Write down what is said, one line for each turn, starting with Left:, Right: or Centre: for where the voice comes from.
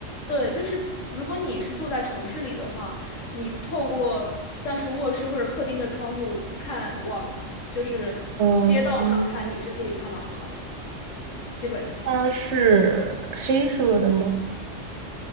Left: 对，就是如果你是住在城市里的话，你透过像是卧室或者客厅的窗户看往，就是街道上看，
Right: 嗯，哦，
Left: 你是可以看到它的，基本上。
Right: 它是黑色的吗？